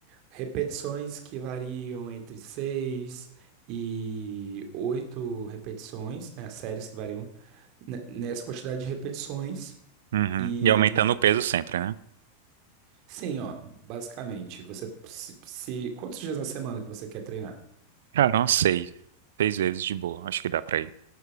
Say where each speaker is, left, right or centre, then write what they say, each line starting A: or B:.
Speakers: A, on the right; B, on the right.
A: repetições que variam entre 6 e 8 repetições, né? Séries que variam ne- nessa quantidade de repetições.
B: Uhum.
A: E
B: E aumentando o peso sempre, né?
A: sim, ó, basicamente, você se, se- quantos dias na semana que você quer treinar?
B: Cara, não sei. Seis vezes de boa. Acho que dá pra ir.